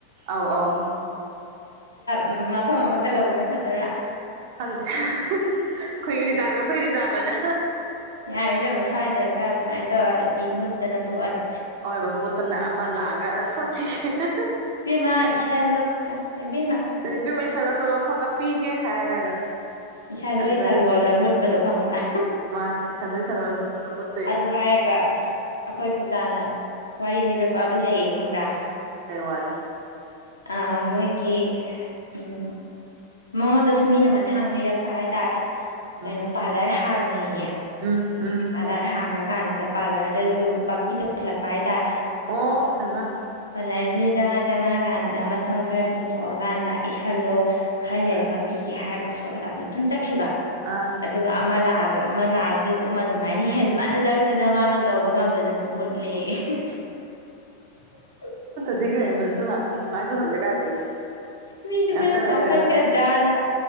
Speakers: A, on the right; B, on the left.
A: ꯑꯧ ꯑꯧ
B: ꯎꯝ ꯃꯐꯝ ꯑꯃ ꯀꯜꯂꯧꯕꯅ ꯐꯠꯗꯨꯏꯔꯥ
A: ꯈꯪꯗꯦ ꯑꯩꯈꯣꯏꯒꯤ ꯔꯤꯖꯥꯕꯅꯦ ꯑꯩꯈꯣꯏ ꯔꯤꯖꯥꯕꯑꯅ
B: ꯌꯥꯔꯦ ꯏꯕꯦꯝꯃ ꯁ꯭ꯋꯥꯏꯗꯒ ꯑꯗꯨꯃꯥꯏꯅ ꯇꯧꯔꯗꯤ ꯃꯨꯠꯇꯅ ꯇꯣꯛꯑꯅꯤ
A: ꯍꯣꯏꯕ ꯃꯨꯠꯇꯅ ꯑꯃ ꯂꯥꯛꯑꯒ ꯁꯣꯠꯀꯦ ꯍꯥꯍꯥ
B: ꯏꯕꯦꯝꯃ ꯏꯁꯜꯂꯣ ꯏꯕꯦꯝꯃ
A: ꯇꯨꯔꯦꯟ ꯏꯕꯦꯝꯃ ꯏꯁꯜꯂꯣ ꯇꯣꯂꯣꯞ ꯐꯪꯉ ꯄꯤꯒꯦ ꯍꯥꯏꯔꯒ
B: ꯏꯁꯜꯂꯣ
A: ꯑꯗ
B: ꯏꯁꯜꯂꯣꯗ ꯃꯨꯠꯄꯗꯣ ꯈꯪꯕ꯭ꯔꯥ
A: ꯃꯥꯅ ꯏꯁꯜꯂꯣ ꯏꯁꯜꯂꯣꯅ ꯃꯨꯠꯄꯗꯣ ꯃꯨꯠꯇꯣꯏꯅꯤ
B: ꯑꯗꯨ ꯍꯥꯏꯔꯒ ꯑꯩꯈꯣꯏ ꯄꯨꯖꯥꯅ ꯋꯥꯔꯤ ꯂꯤꯔꯛꯄ ꯑꯃ ꯂꯩꯌꯦ ꯈꯪꯕ꯭ꯔꯥ
A: ꯀꯩ ꯋꯥꯔꯤ
B: ꯑꯥ ꯃꯣꯏꯒꯤ ꯎꯝ ꯃꯉꯣꯟꯗꯁꯨꯨ ꯃꯤꯅ ꯃꯊꯥꯡ ꯂꯤꯔꯛꯄ ꯍꯥꯏꯇꯥꯔꯦ
A: ꯎꯝ
B: ꯀꯩꯅꯣ ꯄꯥꯔꯂ꯭ꯔ ꯍꯥꯡꯉꯦꯌꯦ
A: ꯎꯝ ꯎꯝ
B: ꯄꯥꯔꯂ꯭ꯔ ꯍꯥꯡꯉ ꯀꯥꯟꯁꯤꯗ ꯄꯥꯔꯂ꯭ꯔꯗꯁꯨ ꯕꯥꯀꯤ ꯇꯧꯁꯤꯜꯂꯛꯄ ꯍꯥꯏꯇꯥꯔꯦ
A: ꯑꯣ ꯍꯩꯃ
B: ꯂꯥꯏꯔꯤꯁꯤꯗ ꯆꯪꯉꯥ ꯆꯪꯉꯥꯀꯥꯟꯗ ꯃꯁꯝ ꯈꯔ ꯇꯤꯡꯊꯣꯛꯑꯀꯥꯟꯗ ꯏꯁꯜꯂꯣ ꯈꯔ ꯂꯩꯔꯒ
A: ꯑꯥ
B: ꯄꯤꯒꯦ ꯍꯥꯏꯔꯒ ꯁꯣꯠꯂꯒ ꯑꯗꯨꯝ ꯆꯠꯈꯤꯕ
A: ꯑꯥ
B: ꯑꯗꯨꯒ ꯑꯃ ꯂꯥꯛꯑ ꯁꯨ ꯑꯃ ꯂꯥꯛꯑꯁꯨ ꯑꯗꯨꯝ ꯑꯗꯨꯃꯥꯏꯅ ꯍꯦꯟꯃꯜꯂꯛꯇꯅ ꯃꯥꯗꯣ ꯇꯧꯕ ꯉꯝꯗꯗꯅ ꯃꯨꯠꯂꯦꯌꯦ <unintelligible>
A: ꯄꯤꯒꯦ ꯅꯇꯋꯥ ꯑꯗꯨꯃꯥꯏ ꯇꯧꯍꯜꯂꯗꯤ ꯀꯥꯏꯗꯩ
B: ꯃꯤꯁꯨ
A: ꯌꯥꯝ
B: ꯈꯔ
A: ꯇꯜꯂꯦꯕ
B: ꯆꯥꯎꯈꯠꯀꯗ꯭ꯔꯅ